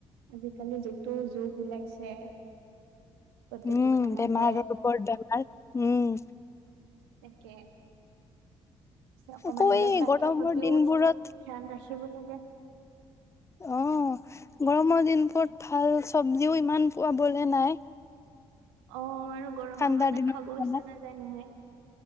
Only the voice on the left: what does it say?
উম
বেমাৰৰ ওপৰত বেমাৰ উম
আকৌ
এই
গৰমৰ
দিনবোৰত
অ গৰমৰ দিনবোৰত ভাল চব্জিও ইমান পাবলৈ নাই
ঠাণ্ডাৰ
দিনত
খানাত